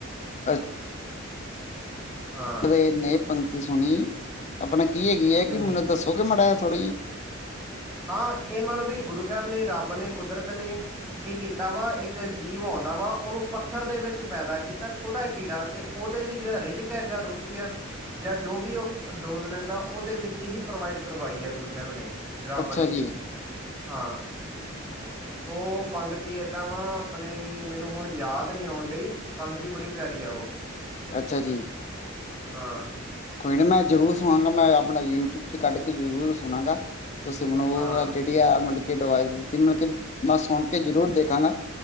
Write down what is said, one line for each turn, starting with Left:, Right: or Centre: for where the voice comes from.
Left: ਅਛ
Right: ਹਾਂ
Left: ਮਲਬ ਏ ਨਹੀ ਪੰਗਤੀ ਸੁਨੀ। ਅਪਨੇ ਕੀ ਹੈਗੀ ਏ?
Right: ਹੂੰ
Left: ਕਿ ਮਨੂੰ ਦੱਸੋਗੇ ਮਾੜਾ ਜਿਆ, ਥੋੜ੍ਹੀ ਜੀ।
Right: ਹਾਂ, ਏ ਮਲਬ ਬੀ, ਗੁਰੂ ਸੈਬ੍ਹ ਨੇ, ਰੱਬ ਨੇ, ਕੁਦਰਤ ਨੇ ਕੀ ਕੀਤਾ ਵਾ, ਇੱਕ ਜੀਵ ਔਂਦਾ ਵਾ, ਉਨੂੰ ਪੱਥਰ ਦੇ ਵਿੱਚ ਪੈਦਾ ਕੀਤਾ। ਛੋਟਾ ਜਿਆ ਕੀੜਾ ਤੇ ਉਹਦੇ ਲਈ ਜੇਰਾ ਰਿਜ਼ਕ ਹੈਗਾ, ਰੋਟੀ ਆ ਜਾਂ ਜੋ ਵੀ ਓ ਡੋਜ਼ ਲੈਂਦਾ। ਓਦੇ ਵਿੱਚ ਹੀ ਪ੍ਰਵਾਈਡ ਕਰਵਾਈ ਐ ਗੁਰੂ ਸਾਹਿਬ ਨੇ। ਰੱਬ
Left: ਅੱਛਾ
Right: ਨੇ,
Left: ਜੀ,
Right: ਹਾਂ। ਓ ਪੰਗਤੀ ਏਦਾਂ ਵਾਂ ਅਪਨੇ, ਮਿਨੂੰ ਹੁਨ ਯਾਦ ਨੀ ਆਉਣ ਡਈ ਪੰਗਤੀ ਬੜੀ ਪਿਆਰੀ ਆ ਉਹ।
Left: ਅੱਛਾ ਜੀ।
Right: ਹਾਂ।
Left: ਕੋਈ ਨੀ ਮੈਂ ਜ਼ਰੂਰ ਸੁਨਾਂਗਾ। ਮੈਂ ਆਪਨਾ ਯੂਟਊਬ 'ਚ ਕੱਢ ਕੇ ਜ਼ਰੂਰ ਸੁਨਾਂਗਾ। ਤੁਸੀਂ ਮੈਨੂੰ ਓ
Right: ਹਾਂ,
Left: ਵਦੀਆ ਮਲਬ ਕਿ, ਡਵਾਈਜ਼ ਦਿੱਤੀ। ਮਲਬ ਕਿ ਮੈਂ ਸੁਨ ਕੇ ਜ਼ਰੂਰ ਦੇਖਾਂਗਾ।